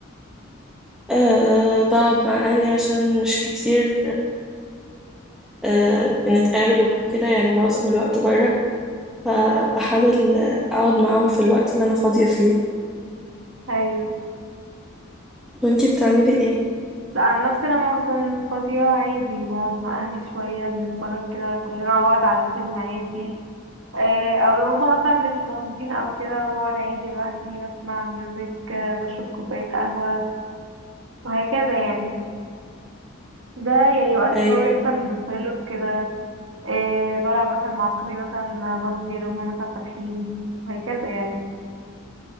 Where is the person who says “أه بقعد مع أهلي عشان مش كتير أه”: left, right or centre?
Centre